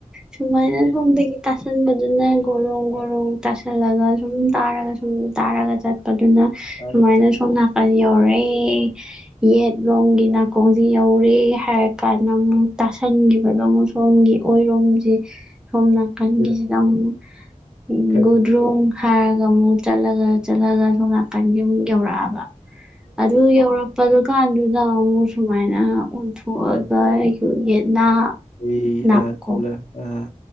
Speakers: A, in the centre; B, on the left (about 60°).
A: ꯁꯨꯃꯥꯏꯅ
B: ꯎꯝ
A: ꯁꯣꯝꯗꯒꯤ ꯇꯥꯁꯟꯕꯗꯨꯅ ꯒꯣꯔꯣꯡ ꯒꯣꯔꯣꯡ ꯇꯥꯁꯜꯂꯒ ꯁꯨꯝ ꯇꯥꯔꯒ ꯁꯨꯝ ꯇꯥꯔꯒ ꯆꯠꯄꯗꯨꯅ
B: ꯐꯔꯦ
A: ꯁꯨꯃꯥꯏꯅ ꯁꯣꯝ ꯅꯥꯀꯟ ꯌꯧꯔꯛꯑꯦ ꯌꯦꯠꯂꯣꯝꯒꯤ ꯅꯥꯀꯣꯡꯖꯦ ꯌꯧ ꯔꯦ ꯍꯥꯏꯔ ꯀꯥꯟꯗ ꯑꯃꯨꯛ ꯇꯥꯁꯟꯒꯤꯕꯗꯣ ꯑꯃꯨꯛ ꯁꯣꯝꯒꯤ ꯑꯣꯏꯔꯣꯝꯖꯤ ꯁꯣꯝ ꯅꯥꯀꯟꯒꯤꯖꯤꯗ
B: ꯆꯠꯂꯣꯏꯔꯣ
A: ꯑꯃꯨꯛ
B: ꯀꯩ
A: ꯒꯨꯗ꯭ꯔꯨꯡ ꯍꯥꯏꯔꯒ ꯑꯃꯨꯛ ꯆꯠꯂꯒ ꯆꯠꯂꯒ ꯁꯣꯝ ꯅꯥꯀꯟꯒꯤ ꯑꯃꯨꯛ ꯌꯧꯔꯛꯑꯕ ꯑꯗꯨ ꯌꯧꯔꯛꯄꯗꯨ ꯀꯥꯟꯗꯨꯗ ꯑꯃꯨꯛ ꯁꯨꯃꯥꯏꯅ ꯑꯣꯟꯊꯣ
B: ꯑꯗꯨꯃꯥꯏꯅ
A: ꯑꯣꯛꯑꯒ
B: ꯇꯧ
A: ꯑꯩꯖꯨ ꯌꯦꯠꯅꯥ
B: ꯑꯩ
A: ꯅꯥꯀꯣꯡ
B: ꯑꯥ ꯆꯠꯂꯣꯏ ꯑꯥ